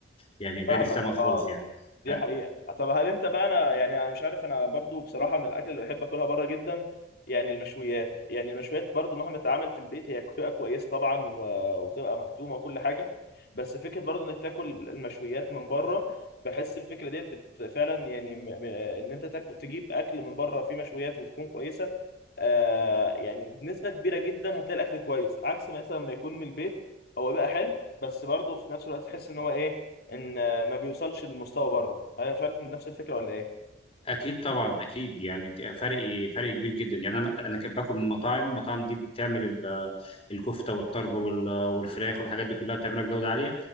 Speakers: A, on the left (about 30°); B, on the left (about 55°).
A: يعني غير
B: فاهمك
A: السمك
B: اه
A: خالص يعني
B: دي
A: آه،
B: حقيقة طب هل انت بقى انا يعني انا مش عارف انا برضو بصراحة من الاكل اللي بحب اكلها بره جدا يعني المشويات يعني المشويات برضو مهما اتعمل في البيت هي بتبقى كويسة طبعا و- وتبقى مخدومة وكل حاجة بس فكرة برضو انك تاكل المشويات من بره بحس الفكرة ديت بت- فعلا يعني م- م- ان انت تاكل تجيب اكل من بره فيه مشويات وتكون كويسة آه يعني بنسبة كبيرة جدا هتلاقي الأكل كويس عكس ما مثلا ما يكون من البيت هو بقى حلو بس برضه في نفس الوقت تحس إن هو إيه إن آه، ما بيوصلش للمستوى بره أنا مش عارف إن نفس الفكرة ولا إيه
A: اكيد طبعا اكيد يعني فرق فرق كبير جدا يعني انا انا كنت باكل من مطاعم المطاعم دي بتعمل ال- الكفته والطرب وال- والفراخ والحاجات دي كلها بتعملها بجوده عاليه